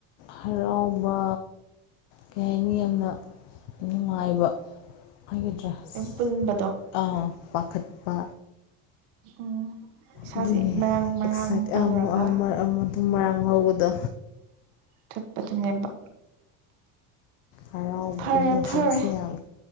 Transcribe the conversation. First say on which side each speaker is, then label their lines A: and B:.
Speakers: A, on the left; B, on the right.
A: ꯍꯔꯥꯎꯕ ꯀꯩ ꯍꯥꯏꯅꯤ ꯌꯥꯝꯅ ꯅꯨꯡꯉꯥꯏꯕ ꯃꯥꯒꯤ ꯗ꯭ꯔꯦꯁ
B: ꯄꯨꯟꯕꯗꯣ
A: ꯑꯥ ꯄꯥꯈꯠꯄ
B: ꯎꯝ ꯏꯁꯥꯁꯤ
A: ꯑꯗꯨꯅꯦ
B: ꯃꯔꯥꯡ ꯃꯔꯥꯡ
A: ꯑꯦꯛꯁꯥꯏꯠ
B: ꯇꯧꯔꯒ
A: ꯑꯗꯨꯝ ꯃꯔꯥꯡ ꯍꯧꯕꯗꯣ
B: ꯆꯠꯄꯗꯨꯅꯦꯕ
A: ꯍꯔꯥꯎꯕ
B: ꯐꯔꯦ
A: ꯏꯃꯣꯁꯟꯁ
B: ꯐꯔꯦ
A: ꯃꯌꯥꯝ